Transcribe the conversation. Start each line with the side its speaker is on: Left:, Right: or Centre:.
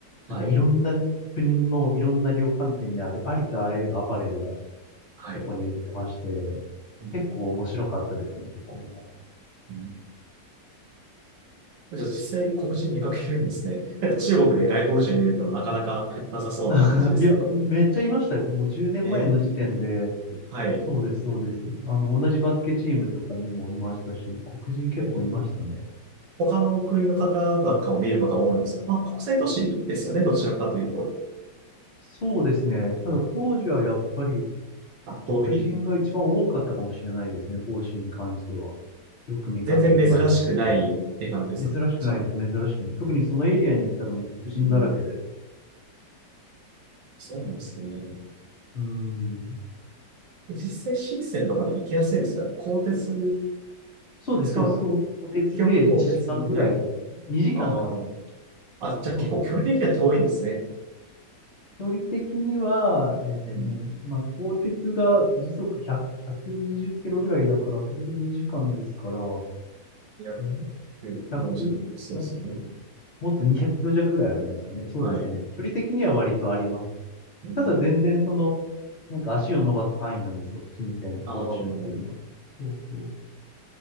Right: はい。
Left: なんかいろんな国のいろんな量販店にあるありとあらゆるアパレルが
Right: はい。
Left: そこに売ってまして、
Right: うん
Left: 結構面白かったですね、そこも。
Right: うんじゃあ実際黒人見かけるんですね。なんか中国で外国人見るとなかなかなさそうな感じですけど。
Left: <laughs> いや、めっちゃいましたよ。もう10年前の時点で、
Right: えー、はい。
Left: そうです、そうです。あの、同じバスケチームとかにもいましたし、黒人結構いましたね。
Right: えー、他の国の方なんかを見る方多いんですかまあ国際都市ですよね。どちらかというと。
Left: そうですね。ただ当時はやっぱり、
Right: 圧倒的に。
Left: 黒人が一番多かったかもしれないですね、広州に関しては。よく見かける外国人。
Right: 全然珍しくないっていう感じですかじゃあ。
Left: 珍しくないです、珍しくない。特にそのエリアに行ったらもう黒人だらけで。
Right: うん、そうなんですね。
Left: うーん。
Right: 実際、深センとかに行きやすいですから、鋼鉄
Left: そうです、
Right: 使う
Left: そうです。そお鉄で1時間ぐらい、
Right: 基本は東鉄に。はい。
Left: 2時間か。
Right: あーあ、じゃあ結構距離的には遠いんですね。
Left: そうですね。距離的には、えっとね、
Right: うん。
Left: まあ、鋼鉄が時速100、120キロぐらいだから、それで2時間ですから、
Right: 240分。
Left: えー 100?
Right: そうですね。
Left: 何キロもっと200キロ弱ぐらいあるんですかね。そうですね。
Right: はい。
Left: 距離的には割とあります。
Right: うん。
Left: ただ全然その、なんか足を伸ばす範囲なんですよ。新鮮、甲州っていうのは。
Right: ああ
Left: そうそう。